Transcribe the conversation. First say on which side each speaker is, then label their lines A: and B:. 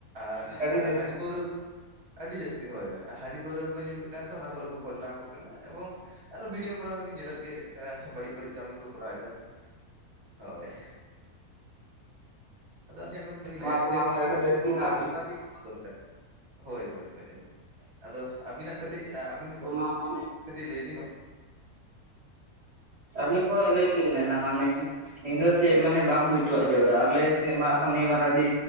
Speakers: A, on the right (about 70°); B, on the right (about 30°).
A: ᱟᱨ
B: ᱟᱹᱰᱤ ᱡᱟᱹᱥᱛᱤ
A: ᱦᱟᱺᱰᱤ ᱯᱟᱹᱣᱨᱟᱹ ᱟᱹᱰᱤ ᱡᱟᱹᱥᱛᱤ ᱦᱳᱭ ᱦᱳᱭ ᱟ ᱦᱟᱺᱰᱤ ᱯᱟᱹᱣᱨᱟᱹ ᱠᱚᱠᱚ ᱧᱩ ᱠᱟᱜ ᱠᱟᱱᱛᱮ ᱚᱱᱟ ᱠᱚᱨᱮ ᱠᱚ ᱜᱷᱚᱞᱴᱟᱣ ᱠᱚᱜ ᱠᱟᱱᱟ ᱮᱵᱚᱝ ᱟᱨᱚ ᱵᱷᱤᱰᱭᱳ ᱠᱚᱨᱮ ᱢᱟᱵᱤᱱ ᱧᱮᱞᱮᱫ ᱜᱮᱭᱟ ᱪᱮᱫ ᱠᱟ ᱵᱟᱹᱲᱤᱡ ᱵᱟᱹᱲᱤᱡ ᱠᱟᱹᱢᱤ ᱠᱚ ᱠᱚᱨᱟᱣᱫᱟ ᱦᱳᱭ ᱟᱫᱚ ᱟᱞᱤᱧᱟᱜ ᱢᱮᱱ <unintelligible>
B: ᱠᱚ
A: ᱡᱮ
B: ᱢᱟᱱᱮ
A: ᱱᱚᱣᱟ
B: ᱟᱹᱰᱤ
A: ᱪᱷᱟᱯᱨᱤ
B: ᱡᱟᱹᱥᱛᱤ
A: ᱯᱨᱳᱜᱨᱟᱢ
B: ᱦᱟᱸᱜ ᱦᱩᱭᱩᱜ
A: ᱴᱳᱴᱟᱞᱤ
B: ᱠᱟᱱᱟ
A: ᱵᱳᱱᱫᱚ ᱫᱚᱨᱠᱟᱨ, ᱦᱳᱭ ᱦᱳᱭ ᱮᱠᱫᱚᱢ ᱟᱫᱚ ᱟᱹᱵᱤᱱᱟᱜ ᱠᱟᱹᱴᱤᱡ ᱟᱹᱵᱤᱱ
B: ᱚᱱᱟ ᱢᱟᱱᱮ
A: ᱠᱟᱹᱴᱤᱡ ᱞᱟᱹᱭ ᱵᱤᱱ <inaudible>
B: ᱟᱹᱞᱤᱧ ᱦᱚᱸ ᱤᱱᱟᱹ ᱜᱮᱞᱤᱧ ᱢᱮᱱᱟ ᱢᱟᱱᱮ ᱧᱤᱫᱟᱹ ᱥᱮᱫ ᱢᱟᱱᱮ ᱵᱟᱝ ᱦᱩᱭ ᱦᱚᱪᱚᱣᱟᱜ ᱡᱟᱹᱨᱩᱲᱟ ᱟᱞᱮ ᱥᱮᱫ ᱢᱟ ᱟᱨᱦᱚᱸ ᱱᱤᱭᱟᱹᱵᱟᱨ ᱟᱹᱰᱤ